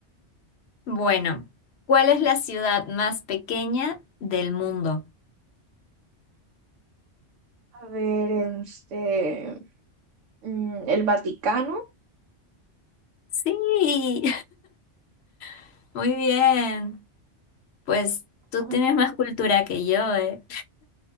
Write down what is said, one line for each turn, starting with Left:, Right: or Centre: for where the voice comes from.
Left: Bueno, ¿cuál es la ciudad más pequeña del mundo?
Right: A ver, este, mm, el Vaticano.
Left: Sí, <laughs> muy bien. Pues tú
Right: Ajá.
Left: tienes más cultura que yo, ¿eh?